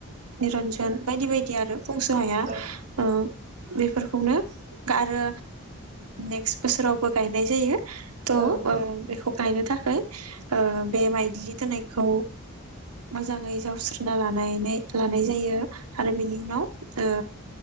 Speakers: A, on the right; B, on the right.
A: निरन्जन बायदि बायदि आरो। बुंस' हाया
B: औ
A: ओ। बेफोरखौनो आरो नेक्स्ट बोसोरावबो गायनाय जायो। थ'
B: औ नंगौ
A: ओ बेखौ गायनो थाखाय ओ बे मायलि दोननायखौ मोजाङै जावस्रोना लानानै लानाय जायो। आरो बेनि उनाव ओ